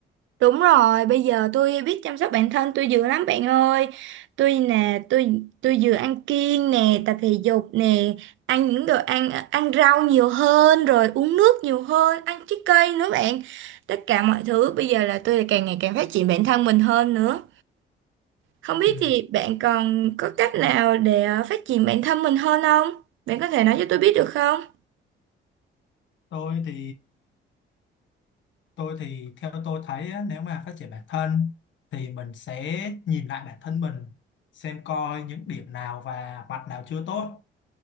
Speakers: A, on the right (about 75°); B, on the left (about 70°).
A: Đúng rồi, bây giờ tôi biết chăm sóc bản thân tôi dữ lắm bạn ơi. Tôi nè, tôi tôi vừa ăn kiêng nè, tập thể dục nè, ăn những đồ ăn ăn rau nhiều hơn rồi uống nước nhiều hơn, ăn trái cây nữa bạn. Tất cả mọi thứ bây giờ là tôi càng ngày càng phát triển bản thân mình hơn nữa. Không biết
B: ừ.
A: thì bạn còn có cách nào để ờ, phát triển bản thân mình hơn không? Bạn có thể nói cho tôi biết được không?
B: tôi thì tôi thì theo tôi thấy á, nếu mà phát triển bản thân thì mình sẽ nhìn lại bản thân mình xem coi những điểm nào và mặt nào chưa tốt